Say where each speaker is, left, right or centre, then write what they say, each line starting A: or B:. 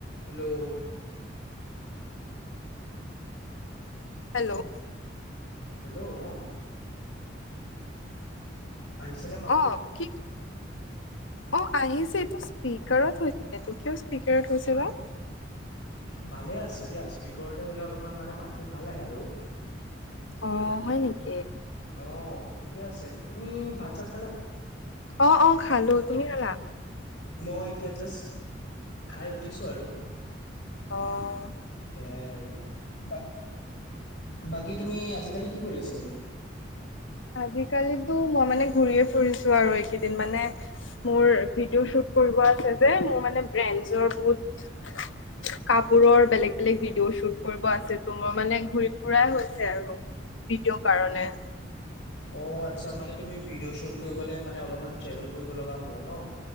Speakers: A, on the left; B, on the left.
A: Hello
B: hello
A: hello অ আহিছেনে মাতটো?
B: অ কি অ আহিছে এইটো
A: অ
B: স্পীকাৰত হৈছ এইটো কিয় স্পীকাৰত হৈছে বা
A: ভালে আছো দিয়া স্পীকাৰতে হ'লে অলপমান মানে মাতটো ভাল আহে আৰু
B: অ হয় নেকি
A: অ ঠিকে আছে তুমি ভাত চাত খালা
B: অ অ খালো তুমি খালা
A: মই এতিয়া জাষ্ট খাই উঠিছো আৰু
B: অঁ
A: সেয়াই আৰু বাক বাকী তুমি আজিকালি কি কৰি আছা এনে
B: আজিকালিতো মই মানে ঘূৰিয়ে ফুৰিছো আৰু এইকেইদিন মানে মোৰ ভিডিঅ' শ্বুট কৰিব আছে যে মোৰ মানে ব্ৰেণ্ডজৰ বহুত
A: <inaudible>
B: কাপোৰৰ বেলেগ বেলেগ ভিডিঅ' শ্বুট কৰিব আছে তো মোৰ মানে ঘূৰি ফুৰাই হৈছে আৰু ভিডিঅ কাৰণে
A: অ আচ্ছা মানে তুমি ভিডিঅ' শ্বুট কৰিবলে মানে অলপমান ট্ৰেভেল কৰিব লগা হয় ন